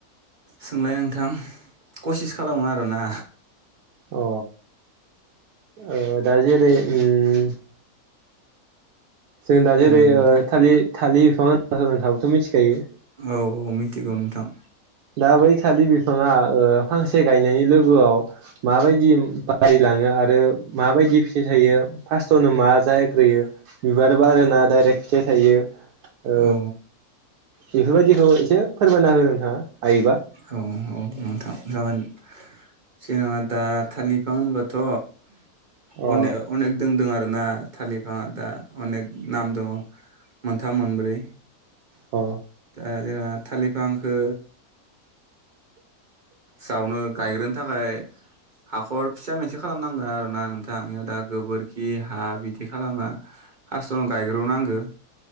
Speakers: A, on the right; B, on the right.
A: सोंलाय नोंथां। कसिस खालामो आरोना?
B: अ ओ दा जेरै उम जों दा जेरै
A: बुंलाय नोंथां
B: ओ थालिर थालिर बिफां <unintelligible> थाबाथ मिथिखायो।
A: औ औ मिथिगौ नोंथां।
B: दा बै थालिर बिफाङा ओ फांसे गायनायनि लोगोआव माबायदि बारिलाङो आरो माबायदि फिथाइ थायो फास्टआवनो मा जाग्रोयो बिबार बारोना दडाइरेक्ट फिथाइ थायो? ओ
A: औ
B: बेफोर बायदिखौ एसे फोरमायना हो नोंथाङा। हायोबा
A: औ औ नोंथां जागोन। जेनाङा दा थालिर बिफां होनबाथ'
B: अ
A: अनेक अनेक दोंदों आरो ना थालिर बिफां आ‌ दा अनेक नाम दङ मोनथाम मोनब्रै
B: अ
A: ओ जोंहा थाललिर आंखो सावनो गायग्रोन थाखाय हाखर फिसा मोनसे खालामनांगोन आरो ना नोंथां इयाव दा गोबोरखि हा बिदि खालामा फार्स्टआव गायग्रोनांगो